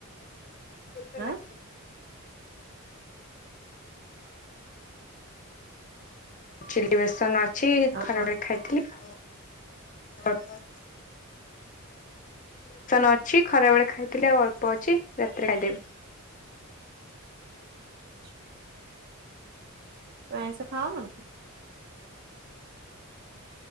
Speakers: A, on the left; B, on the right.
A: ଉତମ
B: ଆଁ
A: ଚ ବସ କିଛି
B: ଆଉ
A: ଖରାପଳେ
B: କଣ
A: ଖାଇଥିଲି ଆ ହ ହ ଅଛି ଖରା ବେଳେ ଖାଇଥିଲେ ଆଉ ଅଳ୍ପ ଅଛି ରାତିରେ ଖାଇଦେବି
B: <inaudible> ତ ଏସ ଖାଅ ନ